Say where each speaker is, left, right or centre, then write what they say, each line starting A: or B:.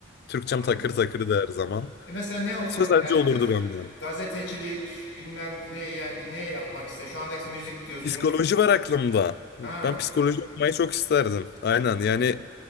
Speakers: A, on the left; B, on the left.
A: Türkçem
B: anladım.
A: takır takırdı her zaman.
B: Ya mesela ne oku
A: Sözelci
B: yani
A: olurdu
B: gaz-
A: benden.
B: gazetecilik bilmem ne yani ne yapmak ister. Şu andaki müzik diyorsun.
A: Psikoloji var aklımda. Ben
B: Ha
A: psikoloji okumayı çok isterdim. Aynen
B: çok
A: yani
B: iyi.